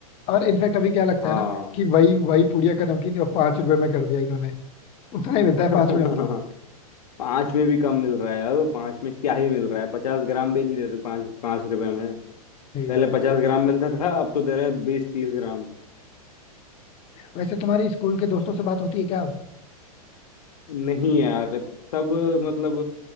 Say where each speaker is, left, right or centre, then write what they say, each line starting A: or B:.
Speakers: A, on the left (about 30°); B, on the left (about 80°).
A: और इनफैक्ट अभी क्या लगता
B: हाँ
A: है ना कि वही वही पुड़िया का नमकीन अब पांच रुपए में कर दिया इन्होंने उतना ही मिलता
B: <laughs>
A: है पांच में अब तो
B: पांच में भी कम मिल रहा है अब पांच में क्या ही मिल रहा है पचास ग्राम भी नहीं देते पांच पांच रुपए में
A: सही
B: पहले
A: बात
B: पचास
A: है
B: ग्राम मिलता था अब तो दे रहे हैं बीस तीस ग्राम
A: वैसे तुम्हारी स्कूल के दोस्तों से बात होती है क्या अब?
B: नहीं यार सब मतलब